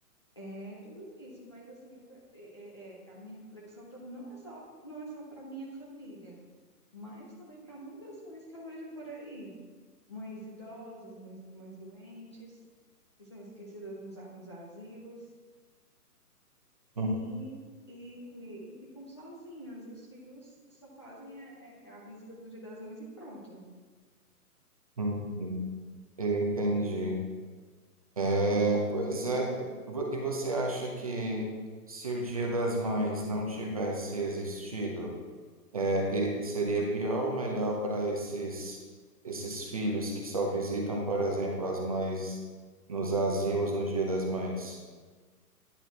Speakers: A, on the left (about 20°); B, on the right (about 25°).
A: É tudo isso, mas assim, eu pe- é, é- é, a minha reflexão também não é só, não é só para minha família, mas também para muitas mães que eu vejo por aí, mães idosas, mães, mães doentes, que são esquecidas nos, a- nos asilos e,
B: Hum,
A: e, e ficam sozinhas, e os filhos só fazem é, é, é a, visita do Dia das Mães e pronto.
B: hum, hum. Eu entendi. É, pois é. Vo- E você acha que se o Dia das Mães não tivesse existido, É, e seria pior ou melhor para esses, esses filhos que só visitam, por exemplo, as mães nos asilos no Dia das Mães?